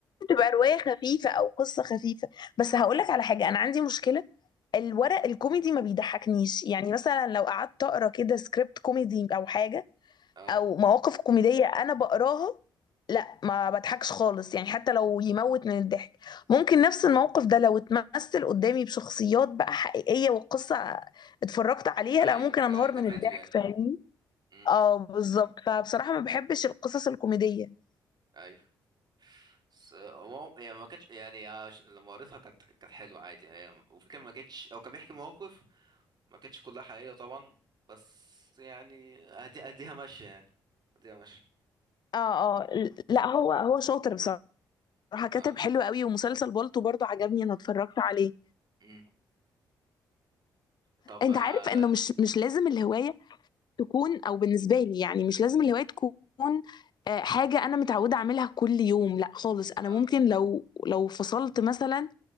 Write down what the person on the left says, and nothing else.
تبقى رواية خفيفة أو قصة خفيفة بس هقولك على حاجة أنا عندي مشكلة الورق
الكوميدي ما بيضحكنيش يعني مثلا لو قعدت أقرأ كده سكريبت كوميدي أو حاجة
أو مواقف كوميدية أنا بقراها لا ما بضحكش خالص يعني حتى لو يموت من الضحك ممكن نفس الموقف ده لو اتمثل قدامي بشخصيات بقى حقيقية وقصة اتفرجت عليها
لا ممكن
أنهار
من الضحك
فاهمين
اه بالظبط فبصراحة ما بحبش القصص الكوميدية
اه اه لا هو هو شاطر بصراحة راح كاتب
حلو قوي ومسلسل بالطو برضو عجبني انا اتفرجت عليه
انت
عارف انه مش مش لازم الهوايه تكون او بالنسبه لي يعني مش لازم الهوايه تكون آه، حاجه انا متعوده اعملها كل يوم لا خالص انا
ممكن لو لو فصلت مثلا